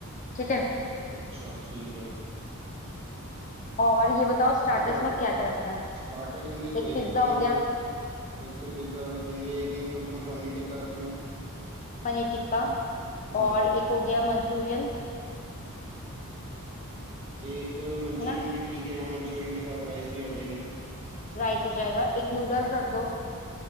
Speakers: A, on the left (about 35°); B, on the right (about 25°).
A: ठीक है
B: अच्छा ठीक है
A: और ये बताओ स्टार्टर्स
B: और बताओ
A: में क्या क्या रखना है
B: स्टार्टर्स में देखो
A: एक
B: एक
A: पिज्जा
B: तो
A: हो
B: मैं
A: गया
B: सो- एक तो पिज्जा रख लेंगे एक मैं सोच रहा हूँ पनीर टिक्का रख लें
A: पनीर टिक्का
B: हाँ
A: और एक हो गया मंचूरियन
B: एक मंचूरियन
A: है ना
B: भी ठीक है हाँ मंचूरियन के साथ राइस भी आ जाएगी
A: राइस हो जाएगा एक नूडल्स रख दो